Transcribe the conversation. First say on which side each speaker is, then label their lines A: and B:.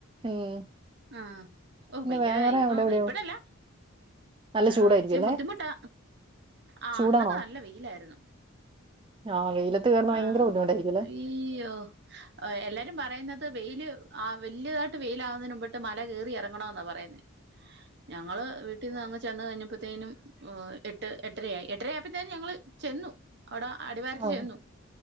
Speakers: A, on the right (about 25°); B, on the right (about 50°).
A: ഉം
B: ആഹ്‌ ഓഹ്
A: പിന്നെ
B: ഭയങ്കര
A: വേറെ
B: ഇപ്പം
A: അവിടെ എവിടെയോ
B: ഇപ്പഴല്ല
A: നല്ല
B: ഏഹ്
A: ചൂടായിരിക്കും
B: ഇച്ചിരി
A: അല്ലേ
B: ബുദ്ധിമുട്ടാ ആഹ്‌
A: ചൂടാണോ
B: അന്ന് ത്ത് നല്ല വെയിലാരുന്നു
A: ആഹ് വെയിലത്ത് കേറുന്ന ഭയങ്കര
B: ആഹ്‌
A: ബുദ്ധിമുട്ടായിരിക്കും അല്ലേ
B: ഇയ്യോ ഓഹ്‌ എല്ലാരും പറയുന്നത് വെയില് ആഹ് വെല്യതായിട്ട് വെയിലാകുന്നതിന് മുമ്പട്ട് മല കേറി എറങ്ങണവെന്നാ പറയുന്നേ
A: <inaudible>
B: ഞങ്ങള് വീട്ടിന്ന് അങ്ങ് ചെന്ന് കഴിഞ്ഞപ്പത്തേനും ഓഹ് എട്ട് എട്ടരയായി എട്ടര പ്പത്തേനും ഞങ്ങള് ചെന്നു അവിടെ അടിവാരത്ത്
A: ആഹ്
B: ചെന്നു